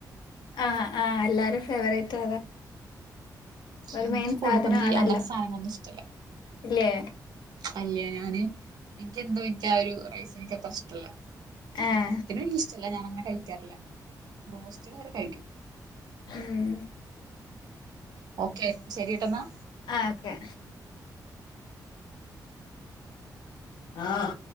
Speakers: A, on the left (about 85°); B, on the right (about 70°).
A: ആആഹ്എല്ലാരും ഫേവറേറ്റ് അതാ
B: ച
A: ഒരു മെയിൻ
B: കോഴിപന്തി
A: സാധനം ആണല്ലോ
B: അങ്ങനത്തെ സാധനങ്ങളൊന്നും ഇഷ്ടല്ല
A: ഇല്ലേ
B: അല്ല ഞാന് എനിക്കെന്തോ എനിക്ക് ആ ഒരു റൈസ എനിക്ക്ത്ര ഇഷ്ടല്ല
A: ആഹ്
B: ത് ചിക്കനും എനിക്ക ഇഷ്ടമല്ല ഞാാന അങ്ങനെ കഴിക്കാറില്ല ബ്രോസ്റ്റഡ് വരെ കഴിക്കും
A: ഉം
B: ഓക്കെ ശരി കേട്ടെന്നാ
A: ആ ഓക്കെ ആഹ്